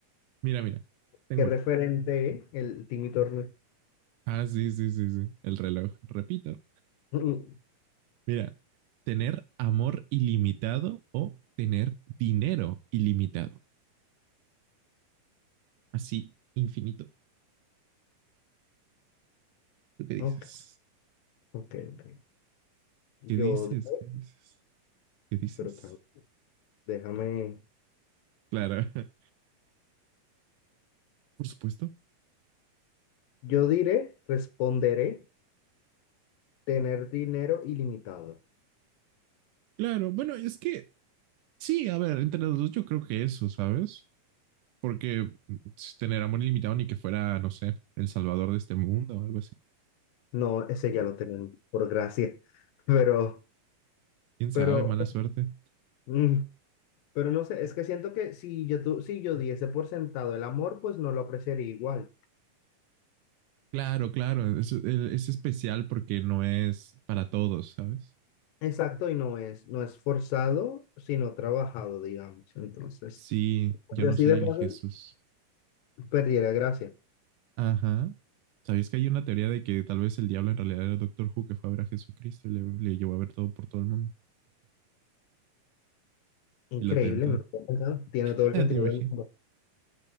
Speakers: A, on the right; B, on the left.
A: Mira, mira. Tengo
B: Qué
A: una.
B: referente, ¿eh? el Timmy Turner.
A: Ah, sí, sí, sí, sí. El reloj. Repito,
B: <laughs>
A: Mira, tener amor ilimitado o tener dinero ilimitado. Así, infinito. ¿Tú qué dices?
B: Ok, ok, ok. Yo
A: ¿Qué dices?
B: digo,
A: ¿Qué dices? ¿Qué dices?
B: pero tranquilo, déjame.
A: Claro, <laughs> por supuesto.
B: Yo diré, responderé, tener dinero ilimitado.
A: Claro, bueno, es que sí, a ver, entre los dos yo creo que eso, ¿sabes? Porque si tener amor ilimitado ni que fuera, no sé, el salvador de este mundo o algo así.
B: No, ese ya lo tenemos, por gracia. Pero,
A: ¿Quién sabe?
B: pero,
A: Mala suerte.
B: mm, pero no sé, es que siento que si yo, tu- si yo diese por sentado el amor, pues no lo apreciaría igual.
A: Claro, claro, es, es especial porque no es para todos, ¿sabes?
B: Exacto, y no es, no es forzado, sino trabajado, digamos. Entonces,
A: Sí, yo
B: pues
A: no
B: así
A: soy
B: de
A: el
B: fácil,
A: Jesús.
B: perdiera gracia.
A: Ajá. ¿Sabías que hay una teoría de que tal vez el diablo en realidad era Doctor Who que fue a ver a Jesucristo y le, le llevó a ver todo por todo el mundo
B: Increíble,
A: y lo tentó?
B: no lo había pensado. Tiene
A: <laughs>
B: todo el sentido
A: te imagino.
B: del mundo.